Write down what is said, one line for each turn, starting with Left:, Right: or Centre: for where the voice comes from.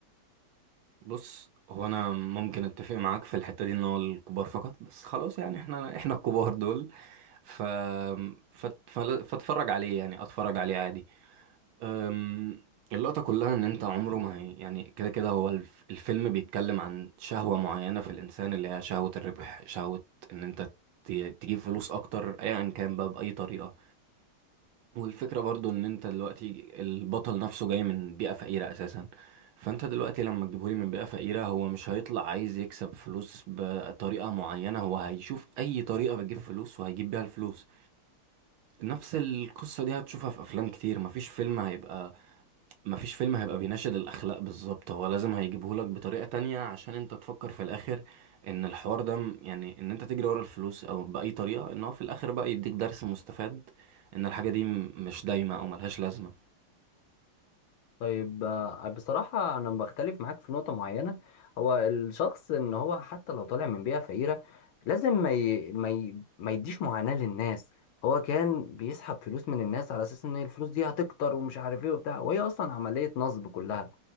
Right: بص هو أنا ممكن أتفق معاك في الحتة دي إن هو الكبار فقط بس خلاص يعني إحنا إحنا الكبار دول ف... فت... فل- فاتفرج عليه يعني أتفرج عليه عادي أم... اللقطة كلها إن أنت عمره ما هي يعني كده كده هو الف... الفيلم بيتكلم عن شهوة معينة في الإنسان اللي هي شهوة الربح شهوة إن أنت ت- تجيب فلوس أكتر أيا كان بقى بأي طريقة والفكرة برضو ان انت دلوقتي البطل نفسه جاي من بيئة فقيرة اساسا فانت دلوقتي لما تجيبهولي من بيئة فقيرة هو مش هيطلع عايز يكسب فلوس بطريقة معينة هو هيشوف اي طريقة بتجيب فلوس وهيجيب بيها الفلوس نفس القصة دي هتشوفها في افلام كتير مفيش فيلم هيبقى مفيش فيلم هيبقى بيناشد الأخلاق بالظبط هو لازم هيجيبهولك بطريقة تانية عشان انت تفكر في الآخر ان الحوار ده م- يعني ان انت تجري ورا الفلوس او بأي طريقة ان هو في الآخر بقى يديك درس مستفاد ان الحاجة دي م- مش دايمة او ملهاش لازمة
Left: طيب آه، بصراحة انا بختلف معاك في نقطة معينة هو الشخص ان هو حتى لو طالع من بيئة فقيرة لازم ما ي... ما ي... ما يديش معاناة للناس هو كان بيسحب فلوس من الناس على اساس ان الفلوس دي هتكتر ومش عارف ايه وبتاع وهي اصلا عملية نصب كلها